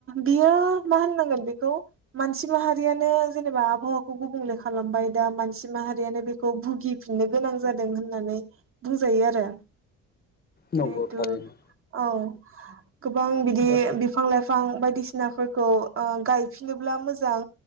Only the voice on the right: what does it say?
बियो मा होननांगोन बेखौ मानसि माहारिया जेनेबा आबहावाखौ गुबुंले खालामबाय दा मानसि माहारियानो बेखौ भुगिफिननो गोनां जादों होननानै बुंजायो आरो
जिहेथु
औ गोबां बिदि
बिफां लाइफां बिफां बायदिसिनाफोरखौ ओ गायफिनोब्ला मोजां